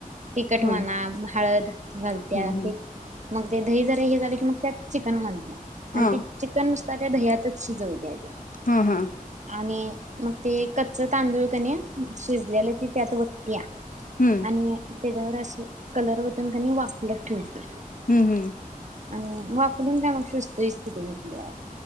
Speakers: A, on the right; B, on the left.
A: तिखट
B: हम्म
A: माना हळद घालत्या
B: हम्म
A: ते मग ते दही जर हे झाले की मग त्यात चिकन घालत्या
B: हा
A: आणि ती चिकन नुसता त्या दह्यातच शिजवते आधी
B: हा हा
A: आणि मग ते कच्च तांदूळ कणी शिजलेलं त त्या आत वत्तीया
B: हम्म
A: आणि त्याच्यावर असे कलर वतून कनी वाफलत ठेवते
B: हम्म हम्म
A: आणि मग वापरून काग शोसतोयच तिथ उरल्या